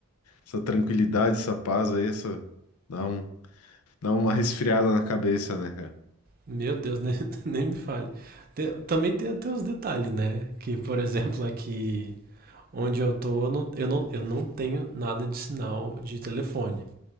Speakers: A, on the left; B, on the right.
A: Essa tranquilidade, essa paz aí, essa... Dá um, dá uma resfriada na cabeça, né, cara?
B: Meu Deus, nem, <laughs> nem me fale. Tem- também tem, tem uns detalhes, né? Que, por exemplo, aqui onde eu tô, eu não, eu não, eu não tenho nada de sinal de telefone.